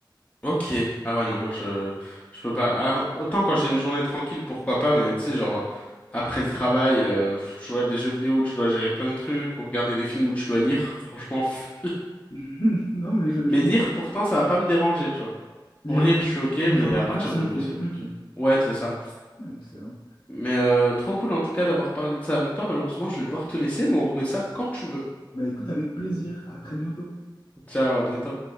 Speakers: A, on the left (about 20°); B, on the left (about 70°).
A: Ok. Ah ouais, non, moi je je peux pas. Alors, autant quand j'ai une journée tranquille, pourquoi pas, mais tu sais, genre après le travail, euh, pff, jouer à des jeux vidéo où je dois gérer plein de trucs, ou regarder des films où je dois lire, franchement. pff.
B: <laughs> Non, mais je, je
A: Mais
B: comprends.
A: lire, pourtant, ça va pas me déranger, tu vois.
B: Lire
A: Pour lire,
B: un bou-
A: je suis ok, mais
B: lire un
A: à
B: bouquin,
A: partir
B: c'est
A: du
B: OK.
A: moment où c'est le but.
B: OK.
A: Ouais, c'est ça.
B: Ouais, excellent.
A: Mais euh, trop cool en tout cas d'avoir parlé de ça avec toi. Malheureusement, je vais devoir te laisser, mais on remet ça quand tu veux.
B: Bah, écoute, avec plaisir. À très bientôt.
A: Ciao, à bientôt.